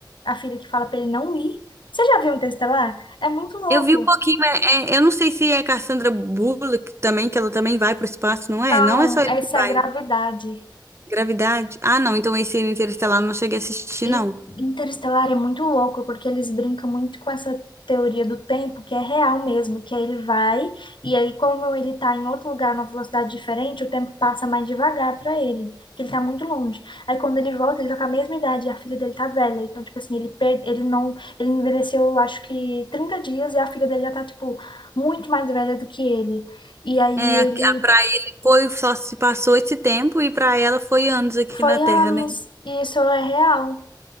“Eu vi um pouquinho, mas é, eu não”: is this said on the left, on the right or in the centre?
Right